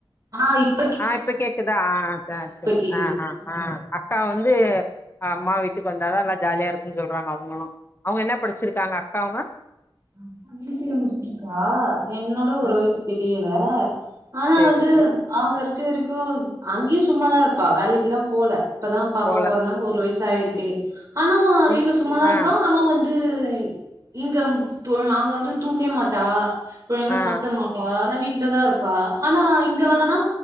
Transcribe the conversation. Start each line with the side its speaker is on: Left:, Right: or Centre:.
Right: ஆ இப்
Left: ஆ இப்ப கேக்குதா ஆ ஆ ஆ செரி
Right: கேக்குது
Left: ஆ ஆ
Right: ம்
Left: ஆ அக்கா வந்து அம்மா வீட்டுக்கு வந்தாதா நல்லா ஜாலியா இருக்குனு சொல்றாங்க அவங்களு அவுங்க என்ன படிச்சிருக்காங்க அக்காவுங்க
Right: ஆ பி சி ஏ முடிச்சிருக்கா என்னோட ஒரு
Left: ம்
Right: வய்சு பெரியவ ஆனா
Left: சேரி
Right: வந்து அவங்க இருக்க வரைக்கு அங்கயு சும்மாதா இருப்பா வேலைக்குல்லா போல இப்பதா பாப்பா
Left: போல
Right: பொறந்தாங்க ஒரு வயசு ஆயிருக்கு ஆனா
Left: இன்-
Right: வீட்ல சும்மாதா
Left: ஆ
Right: இருப்பா ஆனா வந்து இங்க அங்க வந்து தூங்வே மாட்டா ஒழுங்கா
Left: ஆ
Right: சாப்ட மாட்டா ஆனா வீட்லதா இருப்பா ஆனா இங்க வந்தானா